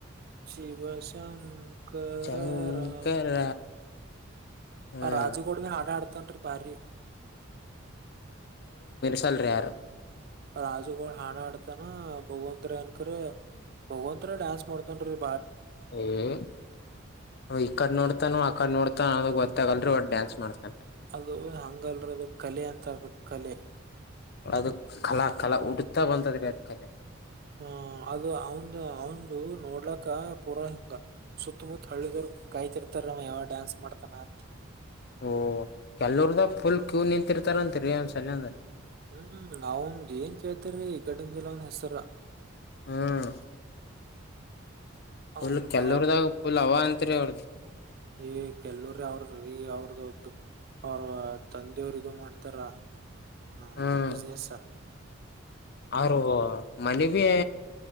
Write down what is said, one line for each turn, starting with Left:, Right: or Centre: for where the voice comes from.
Right: ಶಿವ ಶಂಕರ
Left: ಶಂಕರ
Right: ರಾಮ.
Left: ಹ್ಮ್
Right: ಅವ ರಾಜಗೌಡ ಬೀ ಹಾಡ ಆಡ್ತನ್ ಭಾರಿ.
Left: ಚಲ್ರಾರು
Right: ರಾಜುಗೌಡ ಹಾಡ ಆಡತನ ಭಗವಂತರ ಅಂಕರಾ ಭಗವಂತರ ಡ್ಯಾನ್ಸ್ ಮಾಡತಾನ ರಿ.
Left: ಹ್ಮ ಈ ಕಡೆ ನೋಡ್ತಾನ ಆ ಕಡೆ. ಯಾಕಡೆ ನೋಡತಾನ ಅನ್ನೋದು ಗೊತ್ತಾಗಲ ರಿ ಒಟ್ಟ ಡ್ಯಾನ್ಸ್ ಮಾಡತನ.
Right: ಅದು ಅಂಗಲರಿ ಅದು ಕಲೆ ಅಂತ ರಿ ಕಲೆ.
Left: ಅದು ಕಲಾ ಕಲಾ ಹುಟ್ಟುತ ಬಂದದ್ರಿ ಅದ್ ಕಲೆ.
Right: ಹ ಅದು ಅವಂದ ಅವಂದು ನೋಡ್ಲಕ್ಕ ಪೂರಾ ಹಿಂಗ ಸುತ್ತಮುತ್ತ ಹಳ್ಳಿದವರ್ ಕಾಯ್ತಿರ್ತಾರಮ್ಮ ಯಾವ ಡಾನ್ಸ್ ಮಾಡ್ತಾನ ಅಂತ
Left: ಓ ಕೆಲವರ್ದ ಫುಲ್ ಕ್ಯೂ ನಿಂತಿರ್ತಾರಂತರಿ ಒಂದ್ಸಲ್ಯಂದ
Right: ಹ್ಮ್ ನಾವಂದ್ ಏನ್ ಕೇಳ್ತಾರೀ ಈ ಕಡಿಂದ ಎಲ್ಲ ಒಂದ್ ಹೆಸರ
Left: ಹ್ಮ ಫುಲ್
Right: ಅವ ಹಿಂಗ್
Left: ಕೆಲ್ವರದಾಗ ಫುಲ್ ಅವ ಅಂತ ಅಂತ್ರಿ ಅವರ್
Right: ಈ ಕೆಲವರ ಅವ್ರ ರೀ ಅವ್ರದ್ದ್ದ ಅವ್ರ ತಂದೆಯವರು ಇದು ಮಾಡ್ತಾರ ಆ
Left: ಹ್ಮ್
Right: ಬಿಸ್ನೆಸ್
Left: ಅವರು ಮನ ಬಿ